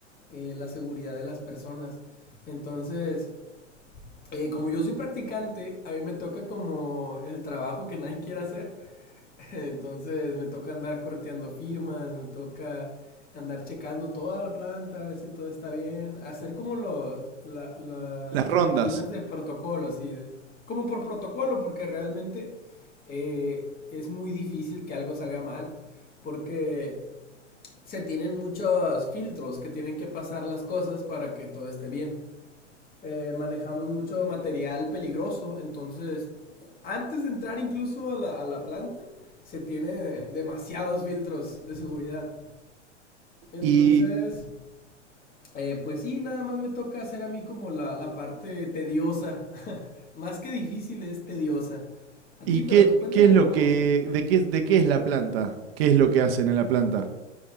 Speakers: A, on the left; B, on the right.
A: eh, la seguridad de las personas. Entonces, eh, como yo soy practicante, a mí me toca como el trabajo que nadie quiere hacer, <laughs> Entonces me toca andar correteando firmas, me toca andar checando toda la planta, a ver si todo está bien, hacer como los, la- las
B: las rondas.
A: rutinas de protocolo, así, de- como por protocolo, porque realmente eh, es muy difícil que algo salga mal, porque se tienen muchos filtros que tienen que pasar las cosas para que todo esté bien eh, manejamos mucho material peligroso, entonces antes de entrar incluso a la, a la planta se tiene demasiados filtros de seguridad. Entonces,
B: Y,
A: eh, pues sí, nada más me toca hacer a mí como la, la parte tediosa. <laughs> Más que difícil es tediosa. A
B: y
A: ti, pero
B: qué,
A: tú cuéntame
B: qué es lo
A: cómo.
B: que, de qué, de qué es la planta, qué es lo que hacen en la planta.